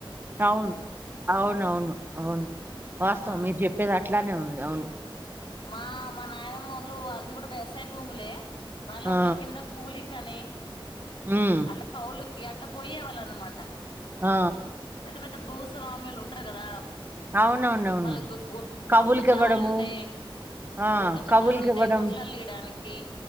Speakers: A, on the right; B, on the left.
A: అవును అవునవును అవును వాస్తవం
B: ఆ
A: మీరు చెప్పేది అట్ల అవును అవును
B: మా మా నాయనమ్మమోళ్ళు వాల్దిగూడ వ్యవసాయ భూములే వాళ్ళు
A: ఆ!
B: ఒకళ కింద కూలి కానీ
A: హ్మ్.
B: ఆళ్ళ కౌలు గీ అట్లా పోయే వాళ్ళ అనమాట
A: ఆ
B: పెద్ద పెద్ద భూస్వాములు ఉంటారు కదా
A: అవునవునవును.
B: వాళ్ళ గ
A: కబుర్లికివ్వడము.
B: గొడ్లు చాలా ఉంటాయి
A: ఆ!
B: గొడ్లు చాలా
A: కబుర్లికివ్వడం.
B: ఉంటాయి గొడ్లల ఈడ మనకి